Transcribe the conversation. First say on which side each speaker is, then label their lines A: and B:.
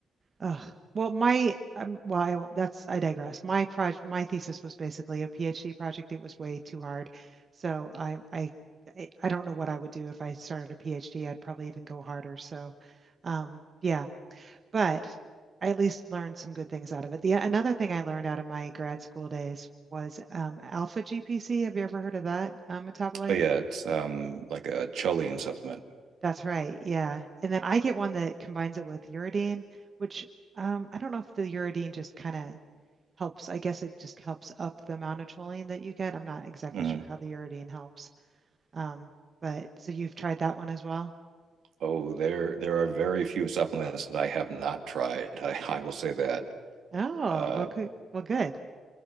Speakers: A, on the right; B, on the right.
A: Ugh. Well, my um, well, I, won't- that's I digress. My project, my thesis was basically a PhD project. It was way too hard, so I I I I don't know what I would do if I started a PhD. I'd probably even go harder. So, um, yeah, but I at least learned some good things out of it. The another thing I learned out of my grad school days was um, alpha GPC. Have you ever heard of that um, metabolite?
B: yeah, it's um, like a choline supplement.
A: That's right. Yeah, and then I get one that combines it with uridine, which um, I don't know if the uridine just kind of helps, I guess it just helps up the amount of choline that you get. I'm not exactly
B: Mm-hmm.
A: sure how the uridine helps. Um, but so you've tried that one as well?
B: Oh, there there are very few supplements that I have not tried. <laughs> I, I will say that.
A: Oh,
B: Uh,
A: well, good. Well, good.